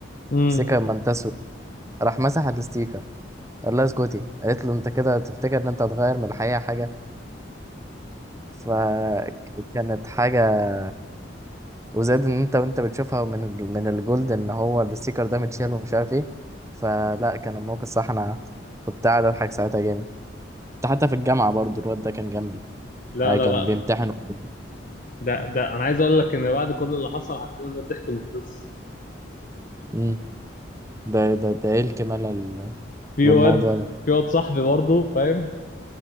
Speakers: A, on the left; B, on the right.
A: مم.
B: ستيكر ما انت اسود راح مسح الستيكر قال لها اسكتي قالت له انت كده تفتكر ان انت هتغير من الحقيقه حاجه فكانت حاجه وزاد ان انت وانت بتشوفها من ال- من الجولد ان هو الستيكر ده متشال ومش عارف ايه فلا كان الموقف صح انا كنت قاعد اضحك ساعتها جامد كنت حتى في الجامعه برضو الواد ده كان جنبي
A: لا
B: يعني
A: لا
B: كان
A: لا
B: بيمتحن قدامي
A: ده ده انا عايز اقول لك ان بعد كل اللي حصل عندنا ده الضحك مخلص
B: امم ده ده ده ايه الكمال ال-
A: في
B: للموضوع
A: واد
B: ده
A: في واد صاحبي برضه فاهم